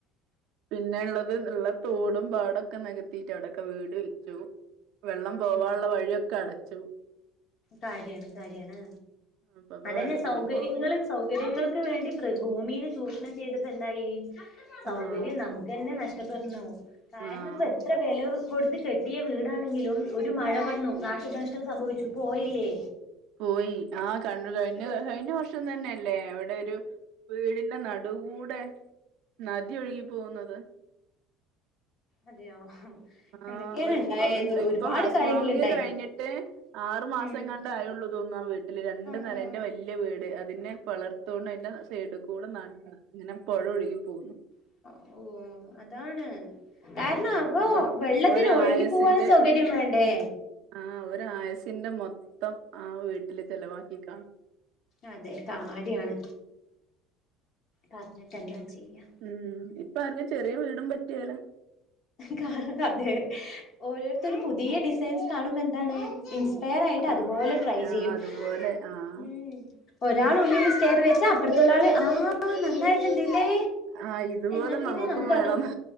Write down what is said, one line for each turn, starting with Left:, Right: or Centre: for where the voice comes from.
Right: പിന്നെള്ളത് ഉള്ള തോടും പാടൊക്കെ നെകത്തീട്ടവിടെക്ക വീട് വെച്ചു വെള്ളം
Left: ഉം
Right: പോവാനുള്ള വഴിയൊക്കെ അടച്ചു
Left: കാര്യാണ് കാര്യാണ്
Right: അപ്പ ഇപ്പ
Left: അതെന്നെ
Right: വെള്ളത്തിനും
Left: സൗകര്യങ്ങൾ
Right: പോകാൻ വയ്യ
Left: സൗകര്യങ്ങൾക്ക് വേണ്ടി പ്രക് ഭൂമീൽ ചൂഷ്ണം ചെയ്തിട്ടെന്തായി സൗകര്യം
Right: ആഹ്
Left: നമുക്കെന്നെ നഷ്ടപ്പെട്ണു കാര്ണം
Right: ആഹ്
Left: പ്പെത്ര വെല കൊട്ത്ത് കെട്ടിയ വീടാണെങ്കിലും ഒരു മഴ വന്നു നാശനഷ്ടം സംഭവിച്ചു പോയില്ലേ
Right: പോയി
Left: അത്ര
Right: ആ കണ്ണു
Left: അത്രേ
Right: കഴിഞ്ഞ
Left: ഉള്ളൂ
Right: കഴിഞ്ഞ വർഷം തന്നെയല്ലേ അവിടൊരു വീടിന്റെ നടു ടുകൂടെ നദി ഒഴുകിപ്പോന്നത്
Left: അതെയോ
Right: ആഹ്
Left: എന്തൊക്കെയാണ്
Right: ഒരു
Left: ഉണ്ടായത്
Right: ഇപ്പം ഇപ്പം
Left: ഒരുപാട്
Right: ഹൗസ്
Left: കാര്യങ്ങളുണ്ടായി
Right: വാമിങ് കഴിഞ്ഞിട്ട് ആറു മാസം
Left: ഉം
Right: എങ്ങാണ്ടെ ആയുള്ളു തോന്നുവാ വീട്ടില് രണ്ട്
Left: ആഹ്
Right: നെലയാണ് വല്ലിയ വീട് അതിന്റെ <unintelligible> ഇങ്ങനെ പുഴ ഒഴുകി പോകുന്നു
Left: <unintelligible> അതാണ് കാരണം അപ്പൊ
Right: നമ്മള്
Left: വെള്ളത്തിന്
Right: ഒരായസിന്റെ
Left: ഒഴുകി പോവാനും സൗകര്യം വേണ്ടേ
Right: ആഹ് ഒരായസിന്റെ മൊത്തം ആ വീട്ടില് ചെലവാക്കി കാണും
Left: അതെ കാര്യാണ് പറഞ്ഞിട്ടെന്താ ചെയ്യാ
Right: ഉം ഇപ്പ ആർക്കും ചെറിയ വീടും പറ്റ്കേല
Left: കാരണം അതെ ഓരോരുത്തരും പുതിയ ഡിസൈൻസ് കാണുമ്പോ എന്താണ് ഇൻസ്പയർ ആയിട്ട് അതുപോലെ
Right: ആഹ്
Left: ട്രൈ
Right: ആഹ്
Left: ചെയ്യും
Right: അതുപോലെ ആഹ്
Left: ഉം ഒരാൾ ഉള്ളിൽ സ്റ്റേർ വെച്ച അപ്പുറത്തുള്ള ആള് ആ നന്നായിട്ടുണ്ടല്ലേ
Right: ആഹ് ഇതുപോലെ
Left: എന്നാ പിന്നെ
Right: നമുക്കും
Left: നമുക്ക്
Right: വേണംന്ന്
Left: അത്